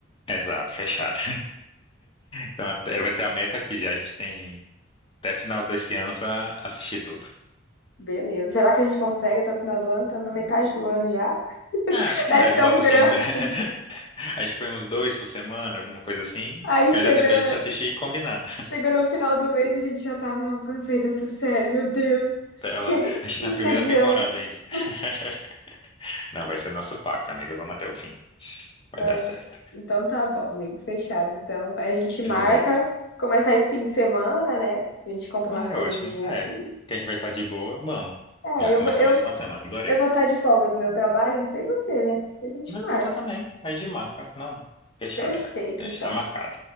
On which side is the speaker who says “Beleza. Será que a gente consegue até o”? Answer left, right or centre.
Left